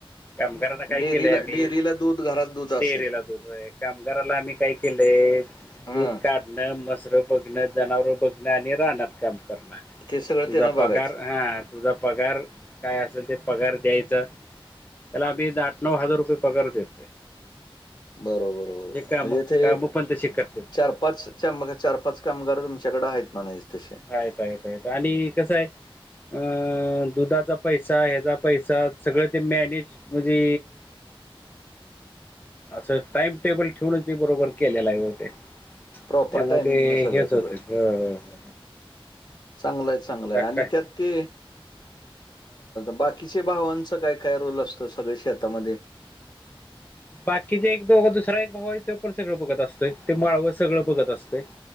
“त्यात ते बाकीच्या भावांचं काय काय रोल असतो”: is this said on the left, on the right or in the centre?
Left